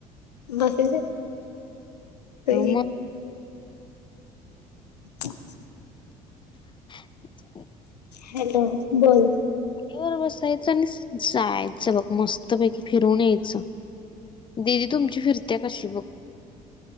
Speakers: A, on the left; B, on the left.
A: बसू शक ते.
B: मग
A: <unintelligible>
B: हा. <unintelligible>
A: हॅलो बोल.
B: गाडीवर बसायचं आणि जायचं बघ मस्त. पैकी फिरून यायचं दिदी तुमची फिरत्या कशी बघ.